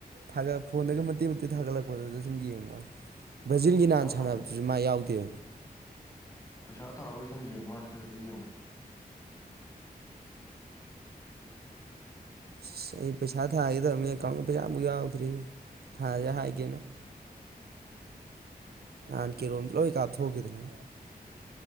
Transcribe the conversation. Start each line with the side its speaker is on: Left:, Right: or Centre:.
Right: ꯊꯥꯒꯠꯛ ꯐꯣꯟꯗꯒ ꯃꯇꯦꯛ ꯃꯇꯦꯛ ꯊꯥꯒꯠꯂꯛꯄꯗꯨꯗ ꯁꯨꯝ ꯌꯦꯡꯉꯣꯅꯤ ꯕ꯭ꯔꯥꯖꯤꯜꯒꯤ
Left: ꯄꯩꯁꯥ
Right: ꯅꯥꯥꯟ ꯁꯥꯟꯅꯕꯗꯨꯁꯨ
Left: ꯊꯥ
Right: ꯃꯥ ꯌꯥꯎꯗꯦ
Left: ꯄꯩꯁꯥ ꯊꯥꯕꯒꯤ ꯁꯨꯝ ꯌꯦꯡꯉꯨ ꯋꯥ ꯅꯠꯇ꯭ꯔꯗ ꯌꯦꯡꯉꯨ
Right: ꯑꯁ ꯑꯩ ꯄꯩꯁꯥ ꯊꯥꯒꯗꯕꯅꯦ ꯀꯥꯎꯒꯤ ꯄꯩꯁꯥꯃꯨꯛ ꯌꯥꯎꯗ꯭ꯔꯤ ꯊꯥꯁꯦ ꯍꯥꯏꯒꯦꯅ ꯅ ꯀ ꯔꯣꯝꯗ
Left: ꯑꯩ
Right: ꯂꯣꯏ ꯀꯥꯞ ꯊꯒꯦꯗꯅꯦ